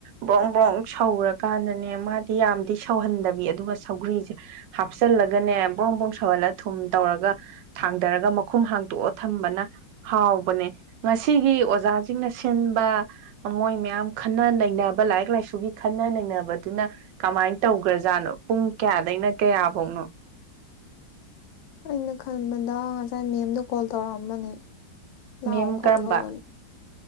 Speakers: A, on the right; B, on the left.
A: ꯕ꯭ꯔꯣꯡ ꯕ꯭ꯔꯣꯡ ꯁꯧꯔꯀꯥꯟꯗꯅꯦ ꯃꯥꯗꯤ ꯌꯥꯝꯗꯤ ꯁꯧꯍꯟꯗꯕꯤ ꯑꯗꯨꯒ ꯁꯧꯒ꯭ꯔꯤꯁꯦ ꯍꯥꯞꯆꯜꯂꯒꯅꯦ ꯕ꯭ꯔꯣꯡ ꯕ꯭ꯔꯣꯡ ꯁꯧꯍꯜꯂ ꯊꯨꯝ ꯇꯧꯔꯒ ꯊꯥꯡꯗꯔꯒ ꯃꯈꯨꯝ ꯍꯥꯡꯇꯣꯛꯑ ꯊꯝꯕꯅ ꯍꯥꯎꯕꯅꯦ ꯉꯁꯤꯒꯤ ꯑꯣꯖꯥꯁꯤꯡꯅ ꯁꯤꯟꯕ ꯃꯣꯏ ꯃꯌꯥꯝ ꯈꯟꯅ ꯅꯩꯅꯕ ꯂꯥꯏꯔꯤꯛ ꯂꯥꯏꯁꯨꯒꯤ ꯈꯟꯅ ꯅꯩꯅꯕꯗꯨꯅ ꯀꯃꯥꯏ ꯇꯧꯈ꯭ꯔꯖꯥꯠꯅꯣ ꯄꯨꯡ ꯀꯌꯥꯗꯩꯅ ꯀꯌꯥꯐꯧꯅꯣ
B: ꯑꯩꯅ ꯈꯟꯕꯗ ꯉꯁꯥꯏ ꯃꯦꯝꯗꯣ ꯀꯣꯜ ꯇꯧꯔꯛꯑꯝꯕꯅꯦ ꯂꯥꯑꯣ
A: ꯃꯦꯝ
B: ꯈꯣꯠꯂꯣꯅ
A: ꯀꯔꯝꯕ